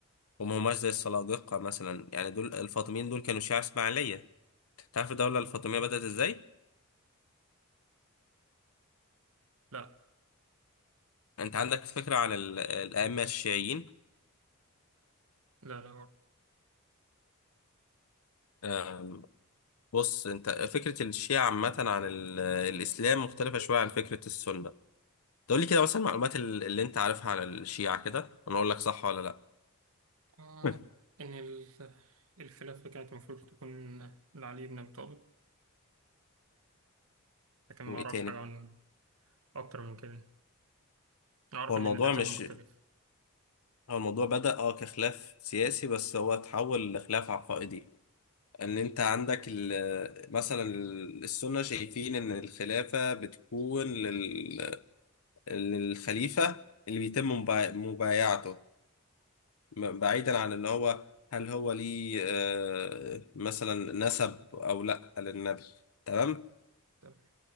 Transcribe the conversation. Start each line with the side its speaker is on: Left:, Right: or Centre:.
Left: وما هماش زي السلاجقة مثلا يعني دول الفاطميين دول كانوا شيعة إسماعيلية أنت عارف الدولة الفاطمية بدأت إزاي؟
Right: لا
Left: أنت عندك فكرة عن ال- الأئمة الشيعيين
Right: لا لا
Left: آه، بص أنت فكرة الشيعة عامة عن ال- الإسلام مختلفة شوية عن فكرة السنة تقول لي كده مثلا المعلومات ال- اللي أنت عارفها عن الشيعة كده وأنا أقول لك صح ولا لأ
Right: آه،
Left: <laughs>
Right: إن ال- الخلافة كانت المفروض تكون لعلي بن أبي طالب لكن ما
Left: وايه
Right: أعرفش
Left: تاني
Right: حاجة عن أكتر من كده أعرف
Left: هو
Right: إن
Left: الموضوع
Right: الأذان
Left: مش
Right: مختلف
Left: هو الموضوع بدأ اه كخلاف سياسي بس هو اتحول لخلاف عقائدي ان انت عندك ال- مثلا ال- السنة شايفين ان الخلافة بتكون لل... للخليفة اللي بيتم مبا- مبايعته م- بعيدا عن اللي هو هل هو ليه آه، مثلا نسب او لا للنبي تمام
Right: تمام